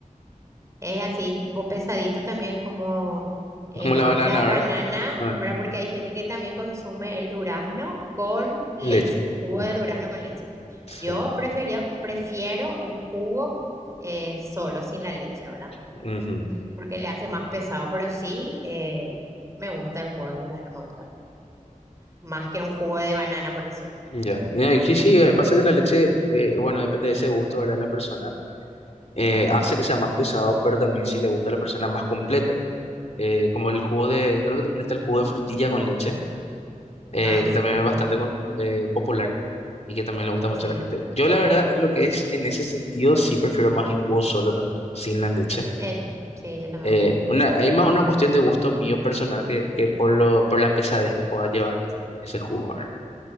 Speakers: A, on the right (about 20°); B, on the left (about 50°).
A: Es así, tipo pesadito también como eh,
B: Es como la banana,
A: la
B: ¿verdad?
A: banana,
B: Ajá.
A: ¿verdad? Porque hay gente que también consume el durazno con leche,
B: Y leche.
A: jugo
B: Mm,
A: de durazno con leche.
B: sí.
A: Yo prefería- prefiero el jugo eh, solo, sin la leche, ¿verdad?
B: Ujú.
A: Porque le hace más pesado, pero sí eh, me gusta el jugo de durazno, me gusta. Más que un jugo de banana, por decirte.
B: Ya. Ya, y Sí, sí, eh, pasa que la leche, eh, bueno, depende de ese gusto, ¿verdad? La persona eh, hace que sea más pesado, pero también si le gusta a la persona más completo, ¿verdad? Eh, como el jugo de, creo que también está el jugo de frutilla con leche eh,
A: Ah,
B: que
A: sí,
B: también es bastante
A: también.
B: con- eh, popular y que también le gusta mucho
A: Sí,
B: a la gente. Yo la verdad, en lo que es, en ese sentido, sí prefiero más el jugo solo también, sin la leche.
A: eh, sí, yo también
B: Eh,
A: prefiero.
B: una, hay más una cuestión de gusto mío personal que, que por lo, por la pesadez que pueda llevar el- ese jugo, ¿verdad?